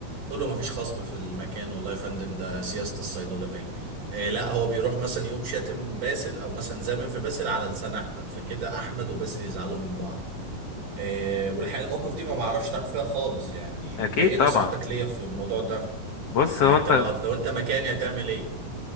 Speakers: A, on the right; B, on the left.
A: تقول له مفيش خصم في المكان والله يا فندم ده سياسة الصيدلية آه لا هو بيروح مثلا يقوم شاتم باسل او مثلا زامم في باسل على لسان احمد فكده احمد وباسل يزعلوا من بعض آه والحقيقة الموقف دي ما معرفش تعمل فيها خالص يعني
B: اكيد
A: انت ايه نصيحتك
B: طبعا
A: ليا في الموضوع ده
B: بص
A: يعني
B: هو انت
A: انت لو هت... لو انت مكاني هتعمل ايه